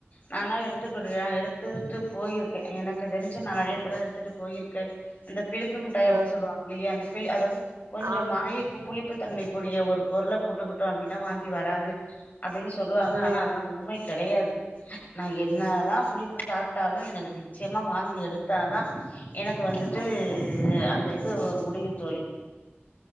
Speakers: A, on the left; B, on the right.
A: நானா எடுத்து குடுக்குற எடுத்துட்டு போயிருக்கே எனக்கு தெரிஞ்ச நா நறைய தடவ எடுத்துட்டு போயிர் க அந்த பிளிப்பு முட்டாய் அப்டி
B: ம்
A: சொல்லுவாங்க இல்லயே அந்த பில்லு அதாவது கொஞ்சம்
B: ஆ
A: மாய் புளிப்புத்தன்மை கூடிய ஒரு பொருள போட்டுக்கிட்டோ அப்டின்னா வாந்தி வராது அப்டின்னு சொல்லுவாங்க
B: ம்
A: ஆனா அதெல்லா உண்மை கெடையாது நா என்னதா புளிப்பு சாப்டாலு எனக்கு நிச்சயமா வாந்தி எடுத்தாதா எனக்கு வந்துட்டு அந்த இது முடியு தோழி